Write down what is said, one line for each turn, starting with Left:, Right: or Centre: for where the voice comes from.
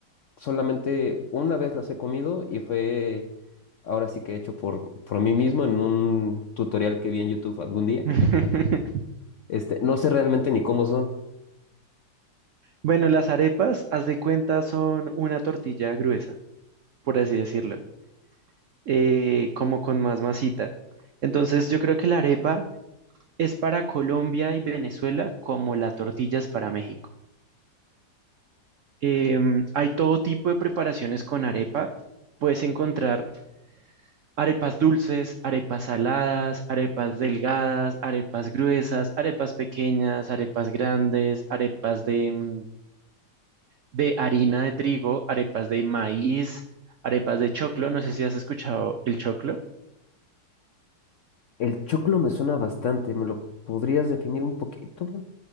Left: solamente una vez las he comido y fue ahora sí que hecho por, por mí mismo en un tutorial que vi en YouTube algún día.
Right: <laughs>
Left: Este, no sé realmente ni cómo son.
Right: Bueno, las arepas, haz de cuenta, son una tortilla gruesa, por así decirlo. eh, como con más masita. Entonces yo creo que la arepa es para Colombia y Venezuela como la tortilla es para México. Em, hay todo tipo de preparaciones con arepa. Puedes encontrar arepas dulces, arepas saladas, arepas delgadas, arepas gruesas, arepas pequeñas, arepas grandes, arepas de, mm, de harina de trigo, arepas de maíz, arepas de choclo. No sé si has escuchado el choclo.
Left: El choclo me suena bastante, ¿me lo podrías definir un poquito?